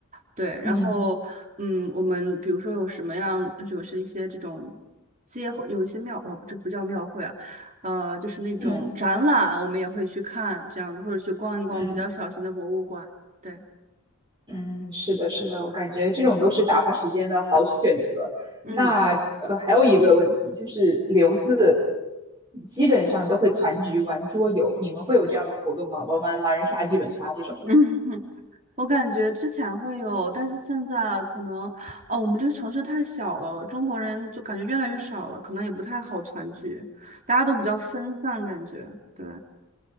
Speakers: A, on the right; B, on the right.
A: 对，然后嗯，
B: 嗯
A: 我们比如说有什么样，就是一些这种街有一些庙，哦，不，这个不叫庙会啊。呃，就是那种展览，
B: 嗯
A: 我们也会去看这样子，或者去逛一逛比较小型的博物馆。
B: 嗯。
A: 对，
B: 嗯，是的，是的，我感觉这种都是打发时间的好选择。
A: 嗯
B: 那呃，还有一个问题就是留子基本上都会攒局玩桌游，你们会有这样的活动吗？玩玩狼人杀、剧本杀这种？
A: 嗯，<laughs> 我感觉之前会有，但是现在可能，哦，我们这个城市太小了，中国人就感觉越来越少了，可能也不太好团聚，大家都比较分散，感觉对，